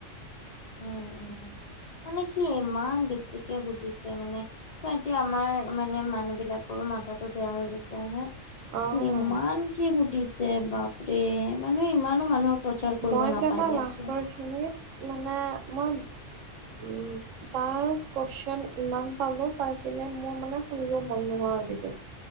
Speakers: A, on the left (about 70°); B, on the right (about 80°).
A: উম, উম, মানে সি ইমান বেছিকে সুধিছে মানে ত' এতিয়া আমাৰ মানে মানুহ বিলাকৰো মাথাাতটো বেয়া হৈ গৈছে, হয়নে?
B: অ',
A: ইমান কি সুধিছে বাপৰে মানুহে ইমানো মানুহক টৰ্চাৰ কৰিব
B: মই
A: নাপাই
B: জানা
A: দিয়াচোন।
B: <unintelligible> মানে মই
A: <inaudible>
B: উম, তাৰ কুইশ্যন ইমান পালোঁ পাই কিনে মোৰ মানে শুনিব মন নোহোৱা হৈ থাকিল।